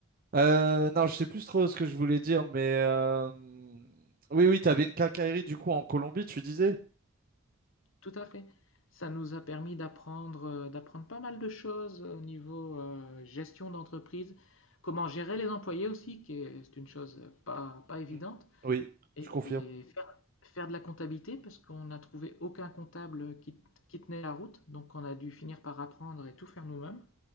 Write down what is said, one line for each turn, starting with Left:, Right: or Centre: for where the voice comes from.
Right: Euh, non, je sais plus trop ce que je voulais dire, mais euh, oui, oui, t'avais une quincaillerie du coup en Colombie, tu disais?
Left: Tout à fait. Ça nous a permis d'apprendre, euh, d'apprendre pas mal de choses au niveau euh, gestion d'entreprise, comment gérer les employés aussi, qui est, c'est une chose pas, pas évidente.
Right: Mm. Oui,
Left: Et
Right: je confirme.
Left: faire faire de la comptabilité parce qu'on n'a trouvé aucun comptable qui, qui tenait la route, donc on a dû finir par apprendre et tout faire nous-mêmes.